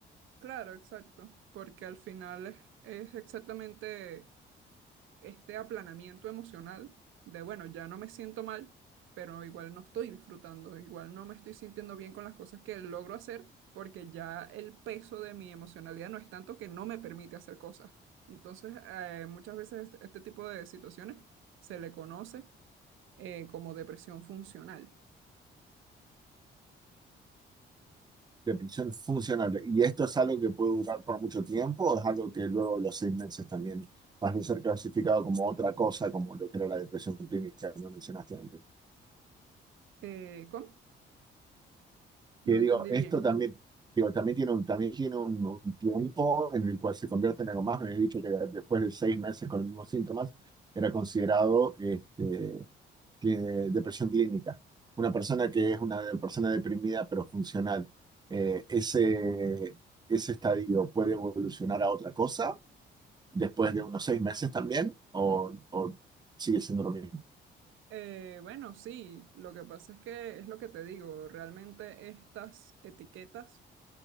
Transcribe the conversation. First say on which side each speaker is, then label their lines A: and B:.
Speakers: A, on the right; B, on the right.
A: claro, exacto, porque al final es, es exactamente este aplanamiento emocional de, bueno, ya no me siento mal, pero igual no estoy disfrutando, igual no me estoy sintiendo bien con las cosas que logro hacer, porque ya el peso de mi emocionalidad no es tanto que no me permite hacer cosas. Entonces, eh, muchas veces este, este tipo de situaciones se le conoce eh, como depresión funcional.
B: Depresión funcional. ¿Y esto es algo que puede durar por mucho tiempo o es algo que luego los seis meses también pasa a ser clasificado como otra cosa, como lo que era la depresión clínica que no mencionaste antes?
A: Eh, ¿cómo? No
B: Que
A: entendí
B: digo, esto
A: bien.
B: también, digo, también tiene un, también tiene un, un tiempo en el cual se convierte en algo más. Me habías dicho que después de seis meses con los mismos síntomas era considerado este, cli- depresión clínica. Una persona que es una de- persona deprimida pero funcional. Eh, ese, ese estadio puede evolucionar a otra cosa después de unos seis meses también o, o sigue siendo lo mismo.
A: Eh, bueno, sí, lo que pasa es que es lo que te digo, realmente estas etiquetas